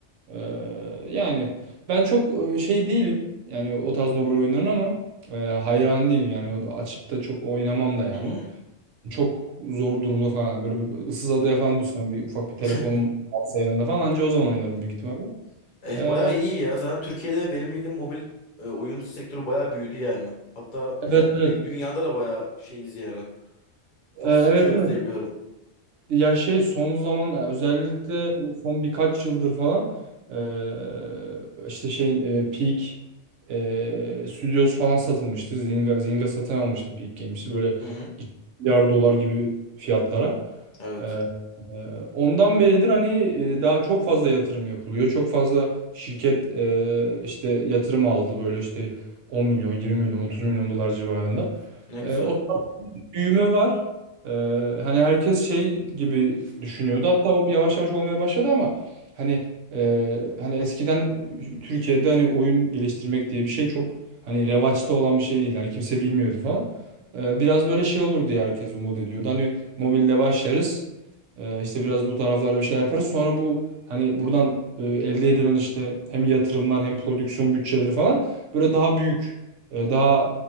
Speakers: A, on the right (about 85°); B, on the left (about 50°).
A: Ee, yani ben çok e, şey değilim yani o tarz mobil oyunların ama e, hayran değilim yani açıp da çok oynamam da yani.
B: Hmm.
A: Çok zor durumda falan. Böyle bir ıssız adaya falan düşsem bir ufak bir telefonum
B: <laughs>
A: varsa yanında falan anca o zaman oynarım büyük ihtimalle.
B: E,
A: Ee,
B: bayağı iyi ya. Zaten Türkiye'de benim bildiğim mobil e, oyun sektörü bayağı büyüdü yani. Hatta
A: evet
B: yani
A: evet.
B: dü- dünyada da bayağı şeyiz yani.
A: Ee,
B: Çok
A: evet
B: satıyoruz
A: evet.
B: diye biliyorum.
A: Ya şey son zaman e, özellikle son birkaç yıldır falan ee, işte şey e, Peak e, Studios falan satılmıştı. Zynga, Zynga satın almıştı Peak Games'i böyle
B: Hı hı.
A: 2 milyar dolar gibi fiyatlara.
B: Evet.
A: Ee, e, Ondan beridir hani e, daha çok fazla yatırım yapılıyor. Çok fazla şirket e, işte yatırım aldı böyle işte 10 milyon, 20 milyon, 30 milyon dolar civarında.
B: Ne
A: E,
B: güzel.
A: O büyüme var. Ee, hani herkes şey gibi düşünüyordu. Hatta o bir yavaş yavaş olmaya başladı ama hani e, hani eskiden Türkiye'de hani oyun geliştirmek diye bir şey çok hani revaçta olan bir şey değil. Hani kimse bilmiyordu falan. Ee, biraz böyle şey olur diye herkes umut ediyordu. Hani mobilde başlarız. Ee, işte biraz bu taraflarda bir şeyler yaparız. Sonra bu hani buradan e, elde edilen işte hem yatırımlar hem prodüksiyon bütçeleri falan böyle daha büyük e, daha